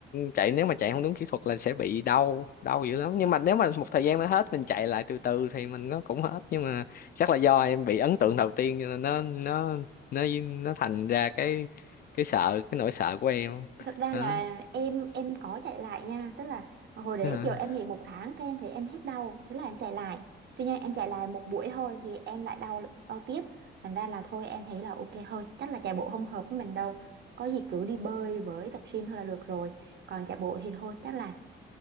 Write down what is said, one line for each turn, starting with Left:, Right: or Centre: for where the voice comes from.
Left: chạy nếu mà chạy không đúng kỹ thuật là sẽ bị đau đau dữ lắm nhưng mà nếu mà một thời gian nó hết mình chạy lại từ từ thì mình nó cũng hết nhưng mà chắc là do em bị ấn tượng đầu tiên cho nên nó nó nó nó thành ra cái cái sợ cái nỗi sợ của em
Right: Thật ra
Left: đó
Right: là em em có chạy lại nha, tức là hồi đấy
Left: À.
Right: kiểu em nghỉ một tháng cái em thấy em hết đau, thế là em chạy lại. Tuy nhiên em chạy lại một buổi thôi thì em lại đau đau tiếp, thành ra là thôi em thấy là ok thôi, chắc là chạy bộ không hợp với mình đâu. Có gì cứ đi bơi với tập gym thôi là được rồi. Còn chạy bộ thì thôi chắc là